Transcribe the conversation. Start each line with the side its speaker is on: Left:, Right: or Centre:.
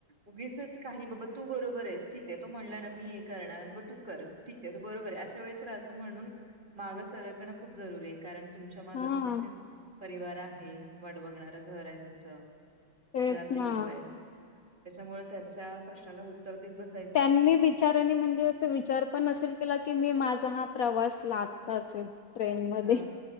Right: उगीच काही बाबा तू बरोबर आहेस ठीक आहे तो म्हणला ना मी हे करणार ब तू खच ठीक आहे बरोबर आहे अश वेळेस रा असं म्हणून मागं सरकणं खूप जरुरी आहे. कारण तुमच्या मागं
Left: हा
Right: तुमचे परिवार आहे वाट बघणारं घर आहे तुमचं
Left: तेच
Right: घरातली
Left: ना
Right: लोक आहेत त्याच्यामुळे त्याच्या प्रश्नाला उत्तर देत बस
Left: त्यांनी वि बीचारनी म्हणजे अस विचार पण नसेल केला की मी माझा हा प्रवास लास्टचा असेल. ट्रेन मध्ये
Right: हा